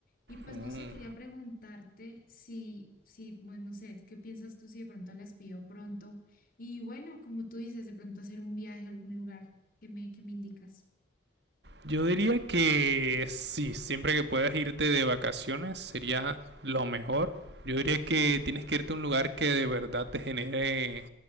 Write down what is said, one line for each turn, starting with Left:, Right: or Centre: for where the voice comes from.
Left: Y pues
Right: Mm.
Left: no sé, quería preguntarte si, si, bueno, no sé, ¿qué piensas tú si de pronto las pido pronto? Y bueno, como tú dices, de pronto hacer un viaje a algún lugar que me, que me indicas.
Right: Yo diría que sí, siempre que puedas irte de vacaciones sería lo mejor. Yo diría que tienes que irte a un lugar que de verdad te genere